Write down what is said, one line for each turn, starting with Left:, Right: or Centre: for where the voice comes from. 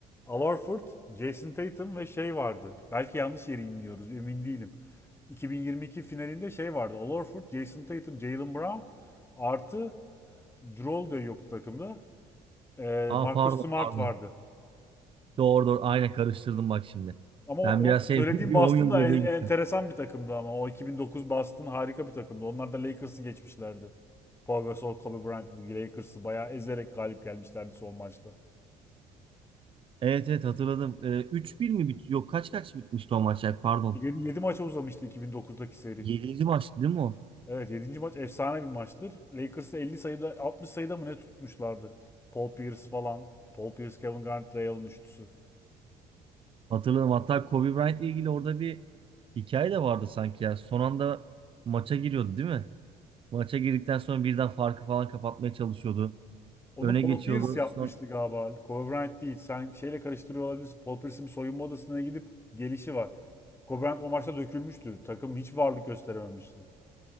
Left: Al Horford, Jason Tatum ve şey vardı. Belki yanlış yeri imliyoruz, emin değilim. 2022 finalinde şey vardı. Al Horford, Jason Tatum, Jaylen Brown artı Jrue de yoktu takımda. Ee,
Right: Aa
Left: Marcus
Right: pardon
Left: Smart
Right: pardon.
Left: vardı.
Right: Doğru doğru. Aynen karıştırdım bak şimdi.
Left: Ama
Right: Ben
Left: o,
Right: biraz
Left: o
Right: şey
Left: söylediğim
Right: <laughs> bir bir
Left: Boston
Right: 10 yıl
Left: da
Right: geriye
Left: en-
Right: gittim.
Left: enteresan bir takımdı ama. O 2009 Boston harika bir takımdı. Onlar da Lakers'ı geçmişlerdi. Paul Gasol, Kobe Bryant, Lakers'ı bayağı ezerek galip gelmişlerdi son maçta.
Right: Evet evet hatırladım. Ee, 3-1 mi bitiyor? Yok kaç kaç bitmişti o maç ya pardon.
Left: 7 maça uzamıştı 2009'daki seri.
Right: 7. maçtı değil mi o?
Left: Evet yedinci maç efsane bir maçtır. Lakers'ı 50 sayıda 60 sayıda mı ne tutmuşlardı? Paul Pierce falan. Paul Pierce, Kevin Garnett, Ray Allen üçlüsü.
Right: Hatırladım. Hatta Kobe Bryant ile ilgili orada bir hikaye de vardı sanki ya. Son anda maça giriyordu değil mi? Maça girdikten sonra birden farkı falan kapatmaya çalışıyordu.
Left: Onu
Right: Öne
Left: Paul
Right: geçiyordu.
Left: Pierce yapmıştı
Right: Son...
Left: galiba. Kobe Bryant değil. Sen şeyle karıştırıyor olabilirsin. Paul Pierce'in bir soyunma odasına gidip gelişi var. Kobe Bryant o maçta dökülmüştü. Takım hiç varlık gösterememişti.